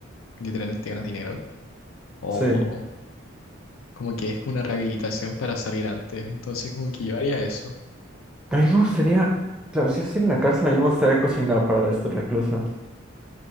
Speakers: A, on the left (about 80°); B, in the centre.
A: literalmente ganas dinero, o
B: Sí.
A: como que es una rehabilitación para salir antes, entonces como que yo haría eso.
B: A mí me gustaría, claro, si yo estoy en la cárcel, a mí me gustaría cocinar para los reclusos.